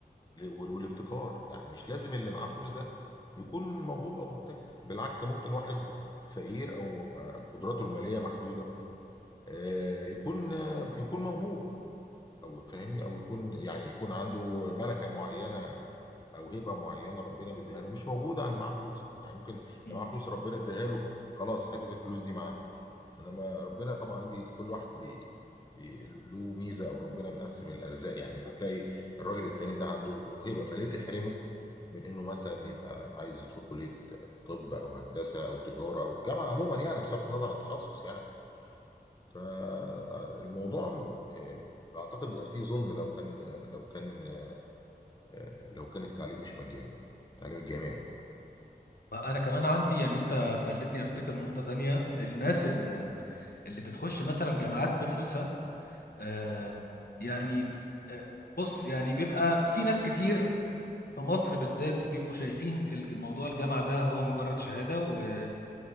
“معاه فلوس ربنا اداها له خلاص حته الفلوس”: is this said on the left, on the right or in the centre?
Left